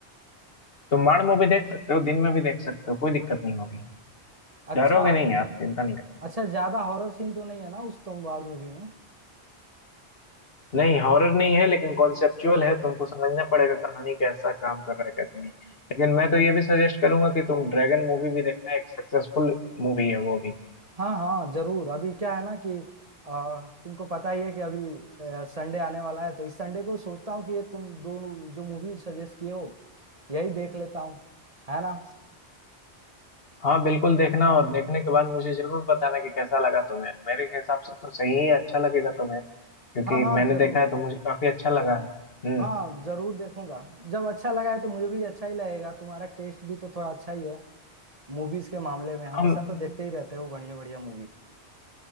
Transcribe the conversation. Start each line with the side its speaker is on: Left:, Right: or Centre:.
Left: तो माड़ मूवी देख सकते हो दिन में भी देख सकते हो कोई दिक्कत नहीं होगी
Right: अच्छा
Left: डरोगे नहीं आप चिंता नहीं
Right: अच्छा ज्यादा हॉरर सीन तो नहीं है ना उस तोमवार मूवी में
Left: नहीं हॉरर नहीं है लेकिन कॉन्सेप्चुअल है तुमको समझना पड़ेगा कहानी कैसा काम कर रहा है कैसा नहीं लेकिन मैं तो ये भी सजेस्ट करूंगा कि तुम ड्रैगन मूवी भी देखना एक सक्सेसफुल मूवी है वो भी
Right: हाँ हाँ जरूर अभी क्या है ना कि आ, तुमको पता ही है कि अभी संडे आने वाला है तो इस संडे को सोचता हूँ कि ये तुम दोनों जो मूवी सजेस्ट किए हो यही देख लेता हूँ है ना
Left: हाँ बिल्कुल देखना और देखने के बाद मुझे जरूर बताना कि कैसा लगा तुम्हें मेरे हिसाब से तो सही ही अच्छा लगेगा तुम्हें क्योंकि
Right: हाँ हाँ
Left: मैंने
Right: जरूर
Left: देखा है तो मुझे काफी अच्छा लगा है हम्म
Right: हाँ जरूर देखूंगा जब अच्छा लगा है तो मुझे भी अच्छा ही लगेगा तुम्हारा टेस्ट भी तो थोड़ा अच्छा ही है मूवीज के मामले में हमेशा
Left: हम
Right: तो देखते ही रहते हो बढ़िया बढ़िया मूवी